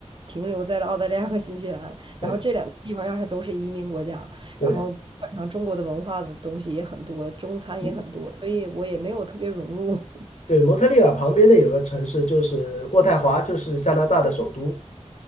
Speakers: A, on the right; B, on the left.
A: 停留在了澳大利亚和新西兰，然后这两个地方要还都是移民国家，
B: 对
A: 然后基本上中国的文化的东西也很多，
B: 对。
A: 中餐也很多，
B: 嗯
A: 所以我也没有特别融入。<laughs>
B: 对，蒙特利尔旁边的有个城市就是渥太华，就是加拿大的首都，